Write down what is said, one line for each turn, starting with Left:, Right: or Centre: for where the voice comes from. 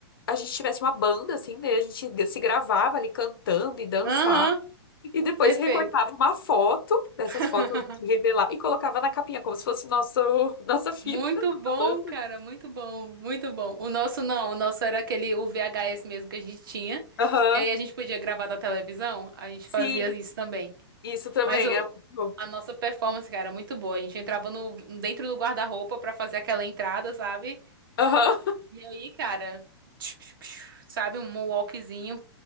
Left: a gente tivesse uma banda, assim, daí a gente se gravava ali cantando e dançava.
Right: Aham,
Left: E depois
Right: perfeito.
Left: recortava uma foto dessas
Right: <laughs>
Left: fotos de revelar e colocava na capinha, como se fosse nosso, <laughs> nossa fita,
Right: Muito
Left: nossa
Right: bom,
Left: banda.
Right: cara, muito bom, muito bom. O nosso não, o nosso era aquele o VHS mesmo que a gente tinha.
Left: Aham,
Right: E aí a gente podia gravar da televisão, a gente
Left: sim,
Right: fazia isso também.
Left: isso também
Right: Mas o,
Left: é muito bom.
Right: a nossa performance, cara, é muito boa. A gente entrava no, dentro do guarda-roupa pra fazer aquela entrada, sabe?
Left: Aham.
Right: E aí, cara, <tsk> sabe, um moonwalkzinho.